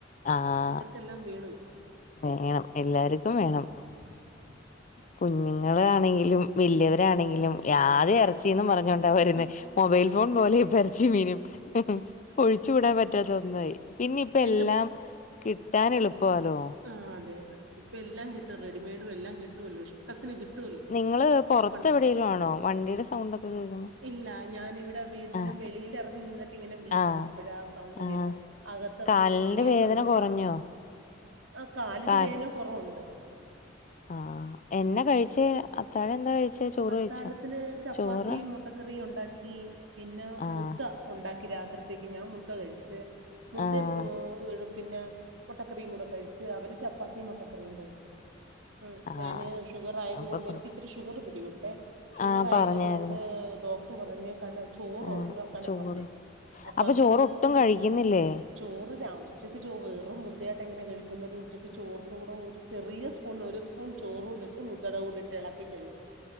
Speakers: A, on the left; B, on the right.
A: ആഹ്
B: എല്ലാം വേണം ഇപ്പൊ
A: വേണം എല്ലാർക്കും വേണം ഇപ്പം
B: ഉ <inaudible>
A: കുഞ്ഞുങ്ങളാണെങ്കിലും വല്യവരാണെങ്കിലും ആദ്യം ഇറച്ചിന്നും പറഞ്ഞോണ്ട ണ്ടാ വരുന്നെ
B: ഹും.
A: മൊബൈൽ ഫോൺ പോലെയാ ഇപ്പൊ എറച്ചിം മീനും ഒഴിച്ച് കൂടാൻ പറ്റാത്ത ഒന്നായി പിന്നിപ്പെല്ലാം
B: എൻ്റെ
A: കിട്ടാനെളുപ്പവാല്ലോ
B: ആഹ് അതെ അതെ ഇപ്പെല്ലാം കിട്ടും റെഡിമെയ്ഡും എല്ലാം കിട്ടുമല്ലോ ഇഷ്ട്ട ട്ടത്തിന് കിട്ടുമല്ലോ
A: നിങ്ങള്
B: ഇപ്പൊ
A: പൊറത്ത്
B: പണ്ടത്തെ
A: എവിടേലും ആണോ വണ്ടിയുടെ സൗണ്ട് ഒക്കെ കേൾക്കുന്നു
B: ഇല്ല ഞാനിവിടെ വി പിന്നെ
A: ആഹ്
B: വെളിയില് എറങ്ങി നിന്നിട്ട് ഇങ്ങനെ വിളിച്ചതാ
A: ആഹ്
B: അപ്പഴ സൗണ്ട്
A: ആഹ്
B: കേട്ടെ അകത്തവര്
A: കാലിന്റെ
B: ടി വി
A: വേദന
B: ഒക്കെ വെച്ച്
A: കൊറഞ്ഞോ
B: കാണുന്നു ആഹ് കാലിന്റെ
A: കാൽ
B: വേദന കൊറവുണ്ട്
A: ആഹ് എന്ന കഴിച്ചേ അത്താഴെന്താ കഴിച്ചേ ചോറ്
B: അത്താഴത്തിന്
A: കഴിച്ചോ
B: ചപ്പാത്തിയും
A: ചോറ്
B: മുട്ടക്കറിയും ഉണ്ടാക്കി പിന്നെ
A: ആഹ്
B: മുദ്ദ ഒണ്ടാക്കി രാത്രിത്തേക്ക് ഞാൻ മുദ്ദ കഴിച്ച് മുദ്ദേം
A: ആഹ്
B: ഒരു പിന്നെ മൊട്ടക്കറിയും കൂടെ കഴിച്ച് അവര് ചപ്പാത്തിയും മൊട്ടക്കറിയും കഴിച്ച് ഉം
A: ആഹ്
B: ഞാന് ഷുഗർ ആയത്
A: അപ്പൊ
B: കൊണ്ട്
A: കൊഴപ്പം
B: എനിക്കിച്ചിരി ഷുഗറ് പിടി പെട്ടെ ഷുഗർ
A: ആഹ്
B: ആയിക്കതുകൊണ്ട്
A: പറഞ്ഞായിരുന്നു
B: ഡോക്ടർ പറഞ്ഞേക്കാണ് ചോറൊഴിവാക്കാനാ
A: ആഹ് ചോറ്
B: പറഞ്ഞേ അപ്പതുകൊണ്ട്
A: അപ്പൊ ചോറ് ഒട്ടും കഴിക്കുന്നില്ലേ
B: ചോറ് ര ഉച്ചക്ക് ചോ വെറും മുദ്ദയായിട്ട് എങ്ങനെ കഴിക്കുന്നെ ഒരു ഉച്ചയ്ക്ക് ചോറിൻ്റെ കൂടെ ഒരു ചെറിയ സ്പൂൺ ഒരു സ്പൂൺ ചോറൂടെ ഇട്ട് മുദട കൂടിട്ട് എളക്കി കഴിച്ചു